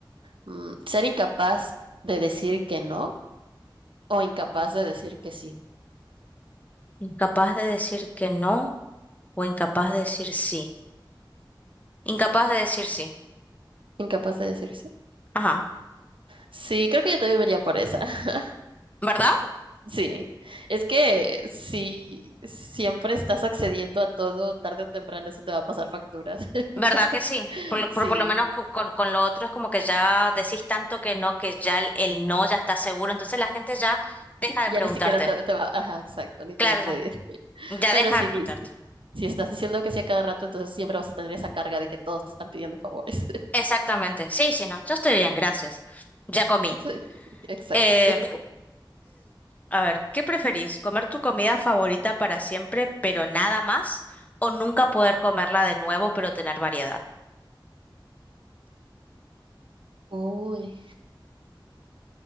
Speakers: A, on the right; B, on the left.
A: Mm, ¿Ser incapaz de decir que no o incapaz de decir que sí?
B: Incapaz de decir que no o incapaz de decir sí. Incapaz de decir sí.
A: Incapaz de decir sí.
B: Ajá.
A: Sí, creo que yo también me iría por esa. <laughs>
B: ¿Verdad?
A: Sí. Es que si siempre estás accediendo a todo, tarde o temprano eso te va a pasar facturas. <laughs>
B: ¿Verdad que sí? Por, lo
A: Sí.
B: por- por lo menos co- con, con lo otro es como que ya decís tanto que no, que ya el, el no ya está seguro, entonces la gente ya deja de
A: Ya
B: preguntarte.
A: ni siquiera te, te va, ajá, exacto, ni
B: Claro,
A: te va a pedir.
B: ya. Ya
A: Pero
B: deja
A: si,
B: de preguntarte.
A: dis- si estás diciendo que sí a cada rato, entonces siempre vas a tener esa carga de que todos te están pidiendo favores. <laughs>
B: Exactamente. Sí, sí, no. Yo estoy bien, gracias. Ya comí.
A: Sí, exacto.
B: Eh, A ver, ¿qué preferís? ¿Comer tu comida favorita para siempre, pero nada más? ¿O nunca poder comerla de nuevo, pero tener variedad?
A: Uy,